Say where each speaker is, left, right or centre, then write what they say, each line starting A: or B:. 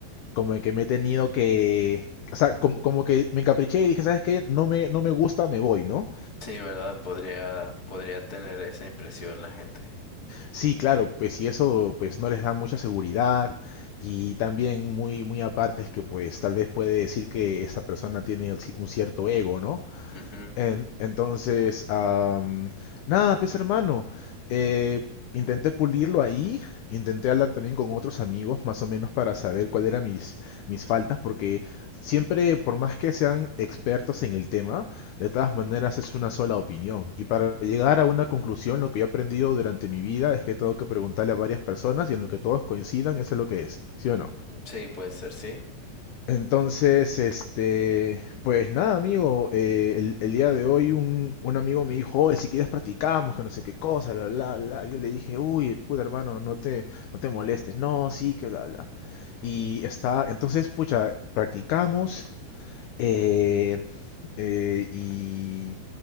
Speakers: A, on the left; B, on the left.
A: como que me he tenido que, o sea, como, como que me encapriché y dije, ¿sabes qué? No me, no me gusta, me voy, ¿no?
B: Sí, ¿verdad? Podría, podría tener esa impresión la gente.
A: Sí, claro, pues si eso pues no les da mucha seguridad y también muy, muy aparte es que pues tal vez puede decir que esa persona tiene el ci- un cierto ego, ¿no?
B: Ujú.
A: En- entonces, am, nada, pues hermano, eh, intenté pulirlo ahí, intenté hablar también con otros amigos, más o menos para saber cuáles eran mis, mis faltas, porque siempre, por más que sean expertos en el tema, de todas maneras es una sola opinión. Y para llegar a una conclusión, lo que yo he aprendido durante mi vida es que tengo que preguntarle a varias personas y en lo que todos coincidan, eso es lo que es, ¿sí o no?
B: Sí, puede ser, sí.
A: Entonces, este, pues nada, amigo, eh, el, el día de hoy un, un amigo me dijo, oye, si quieres practicamos, que no sé qué cosa, bla, bla, bla. Yo le dije, uy, puta hermano, no te, no te molestes. No, sí, que bla, bla. Y está, entonces, pucha, practicamos. eh, eh, y